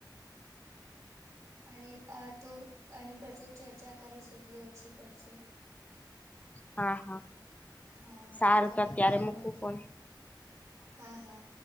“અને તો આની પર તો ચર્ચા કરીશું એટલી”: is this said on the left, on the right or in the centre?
Right